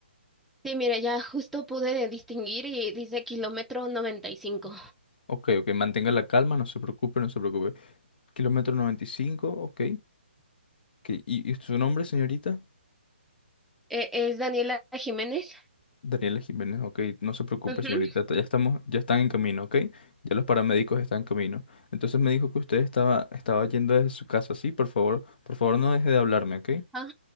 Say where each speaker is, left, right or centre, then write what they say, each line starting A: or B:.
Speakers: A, in the centre; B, on the left (about 55°).
A: Sí, mira, ya justo pude distinguir y dice kilómetro 95.
B: Ok, ok, mantenga la calma, no se preocupe, no se preocupe. Kilómetro 95, ok. ok. ¿Y, y su nombre, señorita?
A: Eh, ¿es Daniela Jiménez?
B: Daniela Jiménez, ok, no se preocupe,
A: Ujú.
B: señorita, ya estamos, ya están en camino, ok, ya los paramédicos están en camino. Entonces me dijo que usted estaba, estaba yendo desde su casa, sí, por favor, por favor no deje de hablarme, ok.
A: Ah,